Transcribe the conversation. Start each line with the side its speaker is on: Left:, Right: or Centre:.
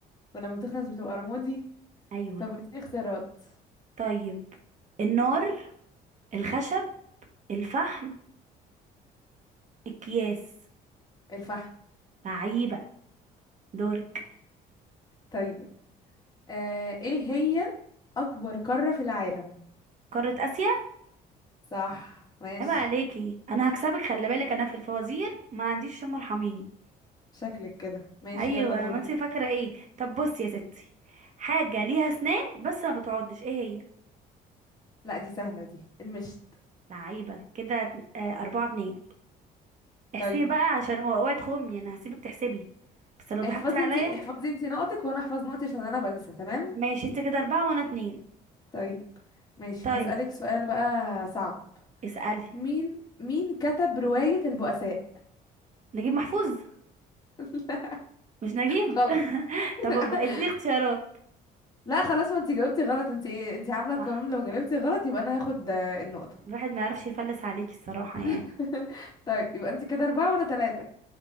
Left: ولما بتخلص بتبقى رمادي
Right: ايوه
Left: طب اديني اختيارات
Right: طيب النار الخشب الفحم اكياس
Left: الفحم
Right: لعيبة دورك
Left: طيب آه ايه هي اكبر قاره في العالم
Right: قارة اسيا
Left: صح ماشي
Right: عيب عليكي انا هكسبك خلي بالك انا في الفوازير ما عنديش شم ارحميني
Left: شكلك كده ماشي
Right: ايوه
Left: يلا
Right: ما
Left: دورك
Right: انت فاكره ايه طب بصي يا ستي حاجه ليها اسنان بس ما بتعضش ايه هي
Left: لا دي سهله دي المشت
Right: لعيبه كده ات- آه، اربعة اتنين احسبي
Left: طيب
Right: بقى عشان اوع- اوعي تخمي انا هسيبك تحسبي بس لو ضحكتي
Left: احفظي
Right: عليا
Left: انتي احفظي انتي نقطك وانا احفظ نقطي عشان انا بنسى تمام
Right: ماشي انت كده اربعة وانا اتنين
Left: طيب ماشي
Right: طيب
Left: هسألك سؤال بقى صعب
Right: اسألي
Left: مين مين كتب رواية البؤساء
Right: نجيب محفوظ
Left: <laughs> لا
Right: مش نجيب
Left: غلط
Right: <laughs> طب
Left: <laughs>
Right: ابقى اديني اختيارات
Left: لا خلاص ما انت جاوبتي غلط انت انت عاملة القانون
Right: صح
Left: لو جاوبتي غلط يبقى انا هاخد آه، النقطة
Right: الواحد ما يعرفش يفلس عليكي الصراحه يعني
Left: <laughs> طيب يبقى انت كده أربعة وانا ثلاثة